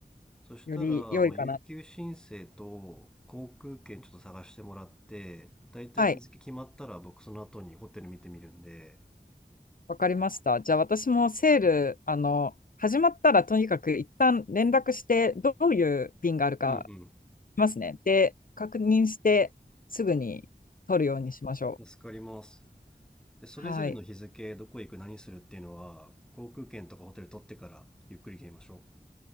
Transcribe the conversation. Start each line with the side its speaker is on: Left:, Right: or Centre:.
Centre: そしたら、
Left: より良いかな
Centre: まあ、有給申請と航空券ちょっと探してもらって、だいたい日付決まったら僕その後にホテル見てみるんで、
Left: はいわかりましたじゃあ私もセールあの始まったらとにかく一旦連絡してどういう便があるか
Centre: うん
Left: ますね。で、確認してすぐに取るようにしましょう。
Centre: うん。助かります。で、それぞれの日付、
Left: はい。
Centre: どこ行く、何するっていうのは、航空券とかホテル取ってからゆっくり決めましょう。